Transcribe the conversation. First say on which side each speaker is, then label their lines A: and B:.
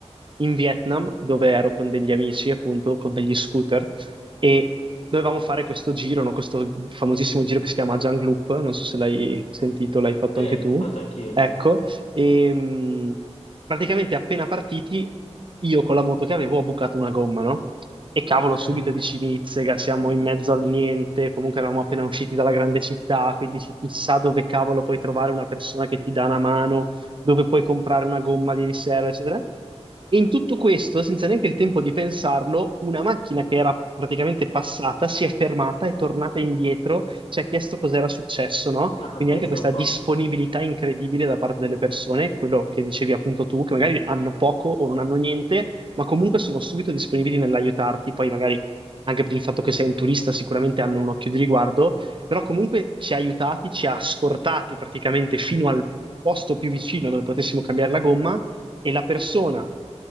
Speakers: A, on the right; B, on the left.
A: in Vietnam dove ero con degli amici, appunto, con degli scooter e dovevamo fare questo giro, no? Questo famosissimo giro che si chiama Jung Loop. Non so se l'hai sentito, l'hai fatto
B: Sì,
A: anche tu.
B: l'ho fatto anch'io,
A: Ecco,
B: sì, sì.
A: e mh, praticamente appena partiti, io con la moto che avevo ho bucato una gomma, no? E cavolo,
B: <laughs>
A: subito dici Nizzega, siamo in mezzo al niente, comunque eravamo appena usciti dalla grande città, quindi dici chissà dove cavolo puoi trovare una persona che ti dà una mano dove puoi comprare una gomma di riserva, eccetera. E in tutto questo, senza neanche il tempo di pensarlo, una macchina che era praticamente passata si è fermata, è tornata indietro, ci ha chiesto cos'era successo, no?
B: Ah,
A: Quindi
B: pensa
A: anche questa
B: un po',
A: disponibilità incredibile da parte delle persone, quello che dicevi appunto tu, che magari hanno poco o non hanno niente, ma comunque sono subito disponibili nell'aiutarti, poi magari anche per il fatto che sei un
B: sì.
A: turista sicuramente hanno un occhio di riguardo però comunque ci ha aiutati, ci ha scortati praticamente fino al posto più vicino dove potessimo cambiare la gomma e la persona